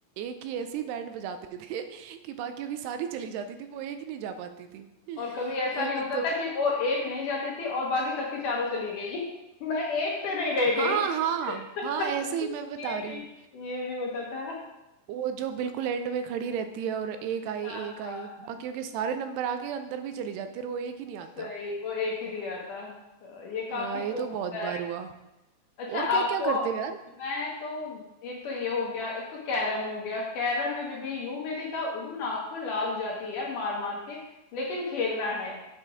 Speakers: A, on the right; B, on the left.
A: एक ही ऐसी बैंड बजाते थे <laughs> कि बाकियों की सारी चली जाती थी वो एक ही नहीं जा पाती थी <laughs>
B: और कभी ऐसा
A: ये
B: नहीं होता
A: तो
B: था कि वो एक नहीं जाती थी और बाकी सबकी चारों चली गई <laughs> मैं एक से नहीं रह
A: हाँ
B: गई
A: हाँ
B: <laughs>
A: हाँ ऐसे ही मैं बता
B: ये
A: रही
B: भी
A: हूँ
B: ये भी होता था
A: वो जो बिल्कुल एंड में खड़ी रहती है और एक
B: हाँ
A: आए एक
B: हाँ
A: आए बाकियों के सारे नंबर आके अंदर भी चली जाती है और वो एक ही नहीं आता
B: सही वो एक ही दिया था अ, ये काफी
A: हाँ ये
B: तो
A: तो बहुत
B: होता
A: बार
B: है
A: हुआ
B: अच्छा
A: और क्या
B: आपको
A: क्या करते हो यार
B: मैं तो एक तो ये हो गया एक तो कैरम हो गया कैरम में भी, भी यू मेरी तो एकदम नाखून लाल हो जाती है यार मार मार के लेकिन खेलना है